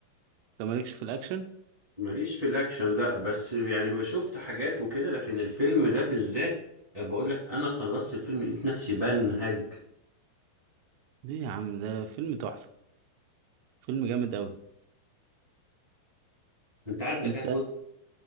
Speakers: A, on the right; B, on the right.
A: انت مالكش في الاكشن
B: ماليش في الاكشن لا بس يعني بقى شفت حاجات وكده لكن الفيلم ده بالذات بقول لك انا خلصت الفيلم لقيت نفسي بنهج
A: ليه يا عم ده فيلم تحفة فيلم جامد قوي
B: انت عارف ده
A: انت
B: كام جزء